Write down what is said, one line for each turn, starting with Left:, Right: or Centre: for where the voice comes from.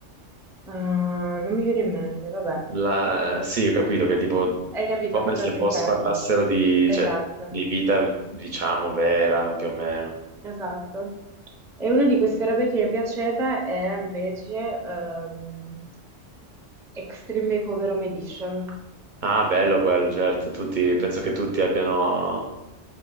Centre: Ah, non mi viene in mente, vabbè.
Right: la- Sì, ho capito che tipo
Centre: Hai capito
Right: come
Centre: che
Right: se
Centre: cosa
Right: fosse
Centre: intendo?
Right: parlassero di,
Centre: Esatto.
Right: cioè, di vita, diciamo, vera, più o meno.
Centre: Esatto. E una di queste robe che mi piaceva era invece ehm, Extreme Makeover Home Edition.
Right: Ah, bello quello, certo. Tutti, penso che tutti abbiano,